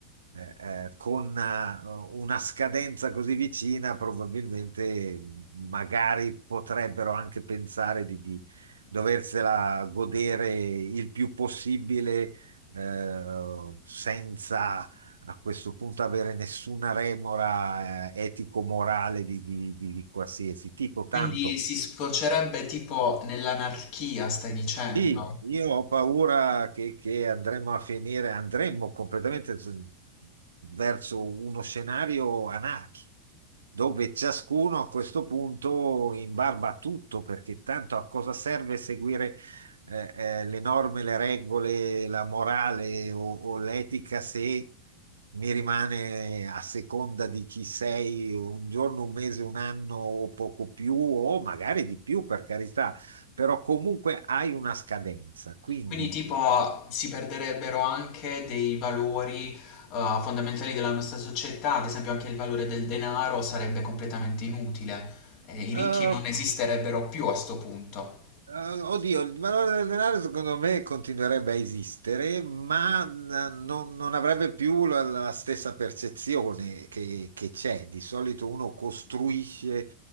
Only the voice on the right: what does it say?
eh, eh, con eh, una scadenza così vicina, probabilmente magari potrebbero anche pensare di di doversela godere il più possibile eh, senza a questo punto avere nessuna remora, eh, etico-morale di, di- di- di qualsiasi tipo,
tanto
Sì, io ho paura che, che andremo a finire, andremo completamente s- verso uno scenario anarchico, dove ciascuno a questo punto imbarba a tutto, perché tanto a cosa serve seguire eh, eh, le norme, le regole, la morale o, o l'etica se mi rimane a seconda di chi sei un giorno, un mese, un anno o poco più, o magari di più, per carità però comunque hai una scadenza, quindi
eh,
Eh, Oddio, il valore del denaro secondo me continuerebbe a esistere, ma eh, non, non avrebbe più la, la stessa percezione che, che c'è. Di solito uno costruisce